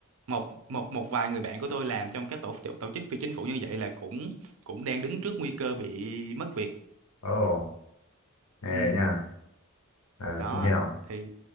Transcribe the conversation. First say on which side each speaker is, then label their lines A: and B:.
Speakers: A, on the right (about 70°); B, on the left (about 90°).
A: một một một vài người bạn của tôi làm trong các tổ tổ chức phi chính phủ như vậy là cũng cũng đang đứng trước nguy cơ bị mất việc
B: Ồ. Ê
A: ừ
B: nha, ờ,
A: đó
B: cũng hiểu.
A: thì